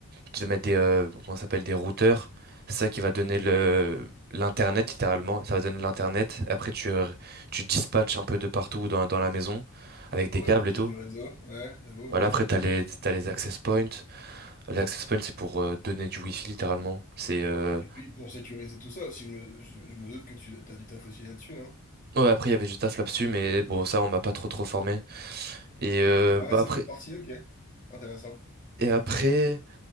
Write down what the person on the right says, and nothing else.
tu vas mettre des, euh, comment ça s'appelle, des routeurs. C'est ça qui va donner le, l'internet, littéralement. Ça va donner l'internet. Après, tu, euh, tu dispatches un peu de partout dans, dans la maison avec des
câbles
et
tout.
Voilà,
après, t'as les, t'as les access points. Les access points, c'est pour euh, donner du wifi, littéralement. C'est, euh,
ouais, après, il y avait du taf là-dessus, mais bon, ça, on m'a pas trop, trop formé. Et, euh,
bah,
après,
et après,